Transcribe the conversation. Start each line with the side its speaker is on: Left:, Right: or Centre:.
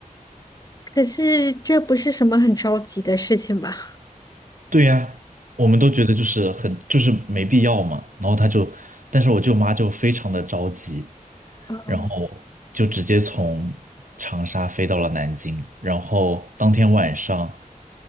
Left: 可是这不是什么很着急的事情吧？
Right: 对呀，我们都觉得就是很就是没必要嘛，然后他就，但是我舅妈就非常的着急，
Left: 嗯
Right: 然后就直接从长沙飞到了南京，然后当天晚上，